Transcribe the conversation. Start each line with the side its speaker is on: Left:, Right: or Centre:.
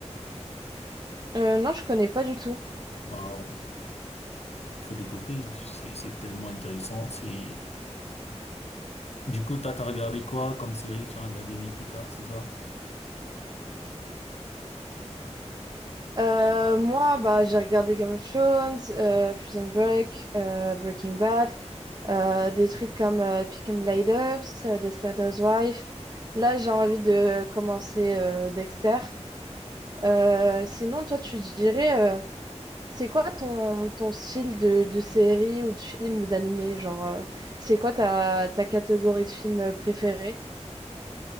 Right: Euh, non, je connais pas du tout.
Left: Waouh, il faut découvrir, c'est c'est tellement intéressant. C'est du coup, t'as t'as regardé quoi comme série? Tu as regardé Nikita, c'est ça?
Right: Euh, moi, bah, j'ai regardé Game of Thrones, euh, Prison Break, euh, Breaking Bad. Euh, des trucs comme euh, Peaky Blinders, euh, Desperate Wife. Là, j'ai envie de commencer euh, Dexter. Euh, sinon, toi, tu dirais, euh, c'est quoi ton, ton style de, de série ou de film ou d'animé? Genre, euh, c'est quoi ta, ta catégorie de film préférée?